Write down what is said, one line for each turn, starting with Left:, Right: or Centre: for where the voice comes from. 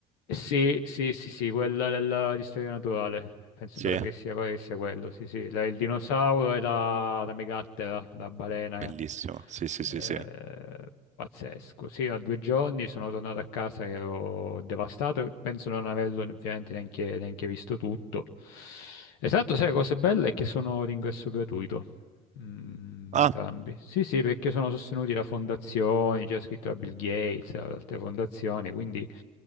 Left: Sì, sì, sì, sì, quella della, di storia naturale. Penso
Right: Sì,
Left: pare che sia, pare che sia quello, sì, sì. La- il dinosauro e la, la megattera, la balena.
Right: bellissimo. Sì, sì,
Left: Eh,
Right: sì, sì.
Left: pazzesco. Sì, a due giorni sono tornato a casa che ero devastato. Penso non averlo ovviamente neanche, neanche visto tutto. Esatto, sai, la cosa bella è che sono d'ingresso gratuito. Mm,
Right: Ah,
Left: entrambi. Sì, sì, perché sono sostenuti da fondazioni, c'è scritto da Bill Gates, da altre fondazioni, quindi...